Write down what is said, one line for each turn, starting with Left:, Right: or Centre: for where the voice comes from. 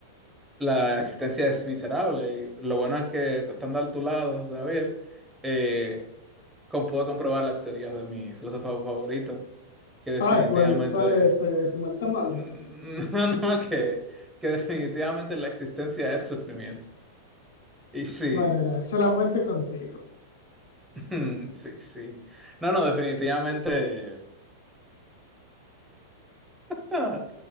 Centre: la existencia es miserable y lo bueno es que estando a tu lado, Javier, eh, com- puedo comprobar las teorías de mi filósofo favorito, que definitivamente,
Left: Ah, ¿cuál, cuál es eh,
Centre: <laughs>
Left: tu maldita madre?
Centre: no, no, que, que definitivamente la existencia es sufrimiento. Y sí,
Left: Vale, mira, solamente contigo.
Centre: <laughs> sí, sí. No, no, definitivamente. ah,